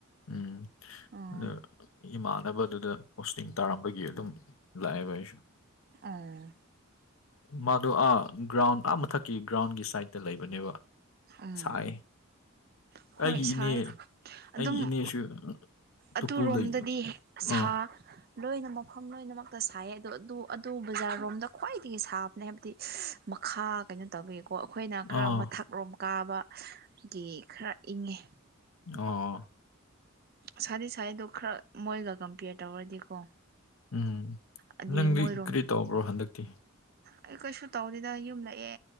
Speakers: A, on the left; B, on the right.
A: ꯎꯝ
B: ꯑꯣ
A: ꯑꯗ ꯏꯃꯥꯟꯅꯕꯗꯨꯗ ꯄꯣꯁꯇꯤꯡ ꯇꯥꯔꯝꯕ ꯒꯤ ꯑꯗꯨꯝ ꯂꯥꯛꯑꯦꯕ ꯑꯩꯁꯨ
B: ꯑꯣ
A: ꯃꯥꯗꯣ ꯑꯥ ꯒ꯭ꯔꯥꯎꯟ ꯑꯥ ꯃꯊꯛꯀꯤ ꯒ꯭ꯔꯥꯎꯟꯒꯤ ꯁꯥꯏꯗꯇ ꯂꯩꯕꯅꯦꯕ
B: ꯎꯝ
A: ꯁꯥꯏ
B: ꯍꯣꯏ
A: ꯑꯩꯒꯤ
B: ꯁꯥꯏ
A: ꯏꯅꯦ ꯑꯩꯒꯤ
B: ꯑꯗꯨꯝ
A: ꯏꯅꯦꯁꯨ ꯇꯨꯄꯨꯜ
B: ꯑꯗꯨꯔꯣꯝꯗꯗꯤ
A: ꯂꯩ
B: ꯁꯥ
A: ꯑꯥ
B: ꯂꯣꯏꯅ ꯃꯐꯝ ꯂꯣꯏꯅꯃꯛꯇ ꯁꯥꯏꯌꯦ ꯑꯗꯨ ꯑꯗꯨ ꯑꯗꯨ ꯕꯖꯥꯔꯣꯝꯗ ꯈ꯭ꯋꯥꯏꯗꯒꯤ ꯁꯥꯕꯅꯦ ꯍꯥꯏꯕꯗꯤ ꯃꯈꯥ ꯀꯩꯅꯣ ꯇꯧꯕꯋꯕ ꯀꯣ ꯑꯩꯈꯣꯏꯅ ꯈꯔ
A: ꯑꯥ
B: ꯃꯊꯛꯔꯣꯝ ꯀꯥꯕꯒꯤ ꯈꯔ ꯏꯪꯉꯦ
A: ꯑꯣ ꯑꯣ
B: ꯁꯥꯗꯤ ꯁꯥꯔꯤꯗꯣ ꯈꯔ ꯃꯣꯏꯒ ꯀꯝꯄꯤꯌꯔ ꯇꯧꯔꯗꯤꯀꯣ
A: ꯎꯝ
B: ꯑꯗꯨꯗꯤ
A: ꯅꯪꯗꯤ
B: ꯃꯣꯏꯔꯣꯝ
A: ꯀꯔꯤ ꯇꯧꯕ꯭ꯔꯣ ꯍꯟꯗꯛꯇꯤ
B: ꯑꯩ ꯀꯩꯁꯨ ꯇꯧꯗꯦꯗ ꯌꯨꯝ ꯂꯑꯦ